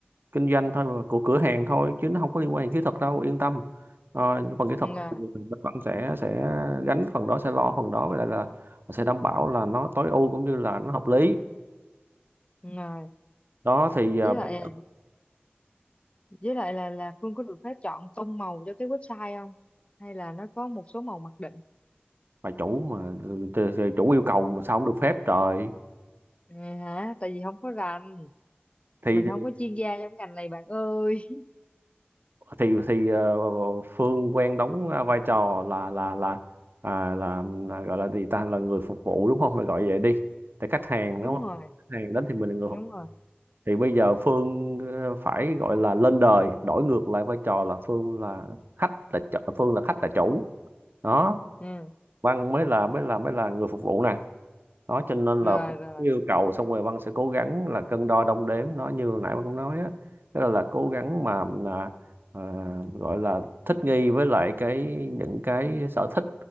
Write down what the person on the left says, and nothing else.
Đúng rồi
Đúng rồi
với
lại
ờ, với lại là là Phương có được phép chọn tông màu cho cái website không hay là nó có một số màu mặc định
à, hả tại vì không có rành
mình không có chuyên gia trong ngành này bạn ơi
<laughs>
đúng
rồi
đúng
rồi
ừ.
rồi
rồi